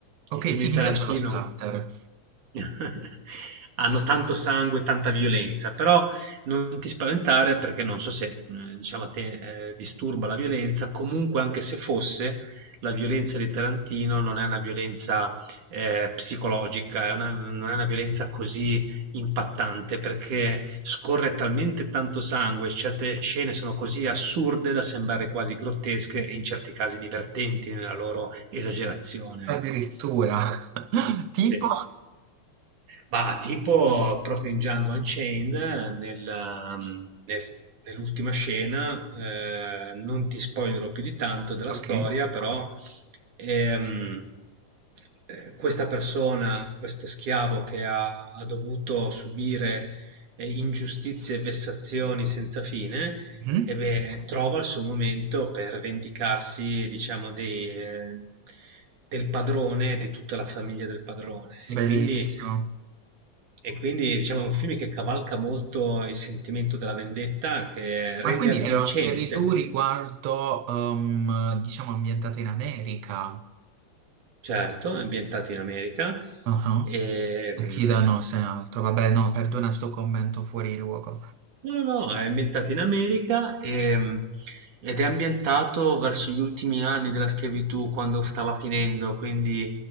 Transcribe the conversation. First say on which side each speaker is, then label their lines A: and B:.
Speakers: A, on the right (about 65°); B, on the right (about 80°).
A: Ok,
B: i film
A: sì,
B: di Tarantino
A: mi piace lo splatter.
B: <laughs> Hanno tanto sangue, tanta violenza, però non ti spaventare perché non so se, mhmm, diciamo a te, ehm, disturba la violenza, comunque anche se fosse, la violenza di Tarantino non è una violenza, ehm, psicologica, è una non è una violenza così impattante perché scorre talmente tanto sangue, certe scene sono così assurde da sembrare quasi grottesche e in certi casi divertenti nella loro esagerazione,
A: Addirittura.
B: ecco.
A: <laughs>
B: Sì.
A: Tipo...
B: Ma tipo proprio in Django Unchained, nel, um, nel- nell'ultima scena, eh, non ti spoilerò più di tanto della storia,
A: Ok.
B: però ehm, eh, questa persona, questo schiavo che ha, ha dovuto subire eh, ingiustizie e vessazioni senza fine,
A: Mhm.
B: e beh, trova il suo momento per vendicarsi, diciamo, dei, eh, del padrone, di tutta la famiglia del padrone. E
A: Bellissimo.
B: quindi e quindi diciamo è un film che cavalca molto il sentimento della vendetta, che
A: Ma
B: rende
A: quindi
B: avvincente,
A: era Scary Doo riguardo, ehm, diciamo, ambientata in America.
B: certo, è ambientato in America,
A: Ah. ah.
B: e, mh,
A: Akira no, se ne altro. Vabbè, no, perdona sto commento fuori luogo.
B: No, no, no, è ambientato in America e- ed è ambientato verso gli ultimi anni della schiavitù, quando stava finendo, quindi